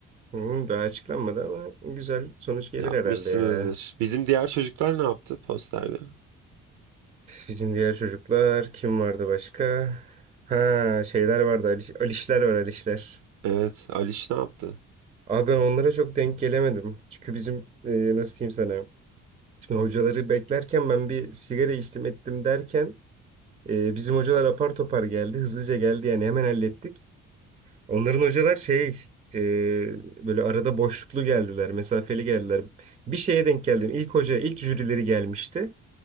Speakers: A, on the right; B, on the right.
A: Hmm, daha açıklanmadı ama güzel sonuç gelir
B: Yapmışsınızdır.
A: herhalde ya.
B: Bizim diğer çocuklar ne yaptı posterde?
A: Bizim diğer çocuklar kim vardı başka? Ha şeyler vardı Ali, Alişler var Alişler.
B: Evet, Aliş ne yaptı?
A: Abi ben onlara çok denk gelemedim. Çünkü bizim e, nasıl diyeyim sana. Şimdi hocaları beklerken ben bir sigara içtim ettim derken e, bizim hocalar apar topar geldi. Hızlıca geldi yani hemen hallettik. Onların hocalar şey e, böyle arada boşluklu geldiler. Mesafeli geldiler. Bir şeye denk geldim. İlk hoca ilk jürileri gelmişti.